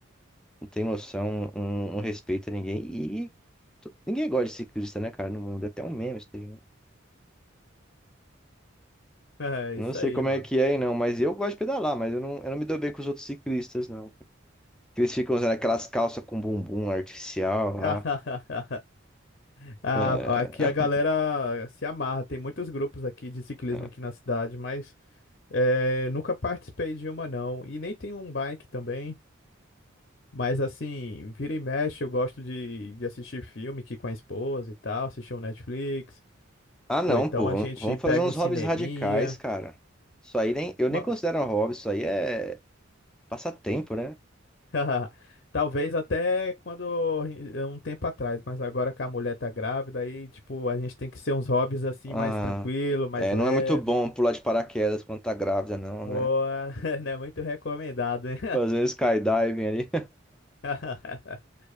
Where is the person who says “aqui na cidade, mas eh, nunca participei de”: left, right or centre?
Left